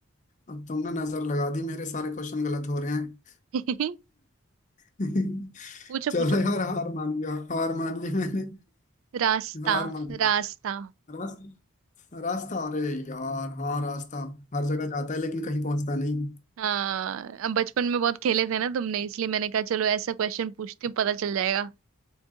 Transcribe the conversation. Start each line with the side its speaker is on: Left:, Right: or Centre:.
Left: अब तुमने नजर लगा दी मेरे सारे क्वेश्चन गलत हो रहे हैं
Right: <laughs> पूछो
Left: <laughs>
Right: पूछो
Left: चलो यार हार मान गया हार मान ली मैंने
Right: रास्ता
Left: हार मान ली
Right: रास्ता
Left: रास्ता रास्ता अरे यार हाँ रास्ता हर जगह जाता है लेकिन कहीं पहुंचता नहीं
Right: हाँ अब बचपन में बहुत खेले थे ना तुमने इसलिए मैंने कहा चलो ऐसा क्वेश्चन पूछती हूँ पता चल जाएगा